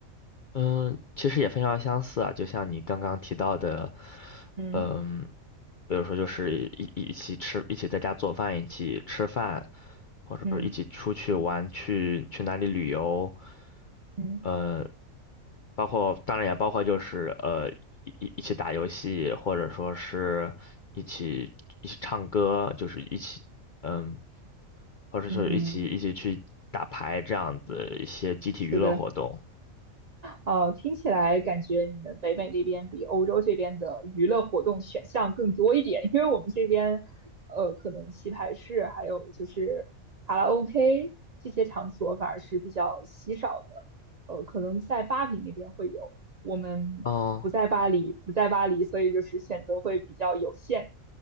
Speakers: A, on the left (about 60°); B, on the right (about 55°).
A: 嗯，其实也非常相似啊，就像你刚刚提到的，
B: 嗯
A: 嗯，比如说就是一一起吃，一起在家做饭，一起吃饭，或者说一起出去玩，
B: 嗯
A: 去去哪里旅游。
B: 嗯。
A: 呃，包括当然也包括就是呃一一一起打游戏，或者说是一起一起唱歌，就是一起嗯，或者说一起一起去打牌这样子一些集体娱乐活动。
B: 嗯，是的。呃，听起来感觉你们北美那边比欧洲这边的娱乐活动选项更多一点，因为我们这边，呃，可能棋牌室还有就是卡拉 OK 这些场所反而是比较稀少的，呃，可能在巴黎那边会有，我们不在巴黎，
A: 哦，
B: 不在巴黎，所以就是选择会比较有限。